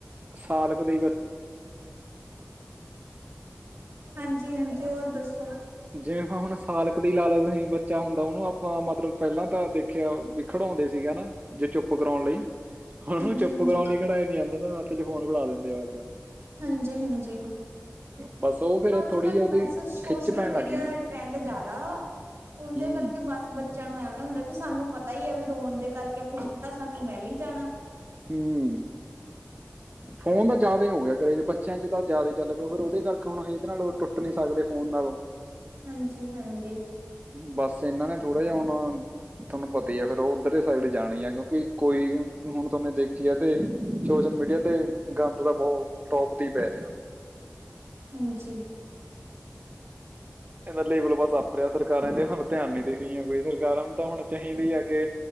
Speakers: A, on the right; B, on the right.
A: ਸਾਲ ਕ ਦੇ ਬ
B: ਹਾਂਜੀ, ਹਾਂਜੀ ਹੋਰ ਦੱਸੋ।
A: ਜਿਵੇਂ ਹੁਣ ਸਾਲਕ ਦੀ ਲਾ ਲਓ ਬੱਚਾ ਹੁੰਦਾ ਉਹਨੂੰ ਆਪਾਂ ਮਤਲਬ ਪਹਿਲਾਂ ਤਾਂ ਦੇਖਿਆ ਵੀ ਖੜਾਉਂਦੇ ਸੀਗੇ ਨਾ ਜੇ ਚੁੱਪ ਕਰਾਉਣ ਲਈ ਉਹਨੂੰ
B: ਹਾਂਜੀ
A: ਚੁੱਪ
B: ਹਾਂਜੀ
A: ਕਰਾਉਣ ਲਈ ਕੇੜਾ ਏ ਨੀਆਮਤ ਹਾਥ ਚ ਫੋਨ ਫੜਾ ਦਿੰਦਾ। <unintelligible>
B: ਹਾਂਜੀ, ਹਾਂਜੀ
A: ਬਸ ਉਹ ਫਿਰ
B: ਅੱਜ
A: ਥੋੜੀ
B: ਕੱਲ
A: ਜਿਹੀ ਉਹਦੀ
B: ਬਸ ਸੋਸ਼ ਸੋਸ਼ਲ
A: ਖਿੱਚ ਪੈਣ
B: ਮੀਡੀਆ
A: ਲੱਗ ਗਈ ਨਾ
B: ਦਾ ਟਰੈਂਡ ਜ਼ਿਆਦਾ ਵਾ, ਉਂਦੇ
A: ਹੂੰ
B: ਕਰਕੇ ਬਸ ਬੱਚਿਆਂ ਨੂੰ ਐਵੇਂ ਹੁੰਦਾ ਕਿ ਸਾਨੂੰ ਪਤਾ ਹੀ ਆ ਵੀ ਰੋਣ ਕਰਕੇ ਫੋਨ ਤਾਂ ਸਾਨੂੰ ਮਿਲ ਹੀ ਜਾਣਾ।
A: ਹੂੰ ਫੋਨ ਤਾਂ ਜ਼ਿਆਦਾ ਹੋ ਗਿਆ ਕਰੇਜ਼ ਬੱਚਿਆਂ ਚ ਤਾਂ ਜ਼ਿਆਦਾ ਚੱਲ ਪਓ ਫਿਰ ਉਹਦੇ ਕਰਕੇ ਹੁਣ ਅ ਇਹਦੇ ਨਾਲੋਂ ਟੁੱਟ ਨੀ ਸਕਦੇ ਫੋਨ ਨਾਲੋਂ।
B: ਹਾਂਜੀ ਹਾਂਜੀ
A: ਬਸ ਇਹਨਾਂ ਨੇ ਥੋੜਾ ਜਿਹਾ ਹੁਣ ਤੁਹਾਨੂੰ ਪਤਾ ਹੀ ਆ ਫਿਰ ਉਹ ਉੱਧਰ ਸਾਈਡ ਜਾਣਾ ਈ ਆ ਕਿਉਂਕਿ ਕੋਈ ਹੁਣ ਤੁਮਨੇ ਦੇਖੀ ਹੈ ਤੇ ਸੋਸ਼ਲ ਮੀਡੀਆ ਤੇ ਗੰਦ ਦਾ ਬਹੁਤ ਟੋਪ ਤੇ ਪੈ ਰਿਹਾ।
B: ਹਾਂਜੀ।
A: ਇਹਦਾ ਲੇਬਲ ਬਸ ਆਪ <unintelligible> ਸਰਕਾਰਾਂ ਦੇ ਹੱਲ ਧਿਆਨ ਨੀ ਦੇ ਰਹੀਆਂ ਕੋਈ ਸਰਕਾਰਾਂ ਨੂੰ ਤਾਂ ਹੁਣ ਚਾਹੀਦੀ ਆ ਕਿ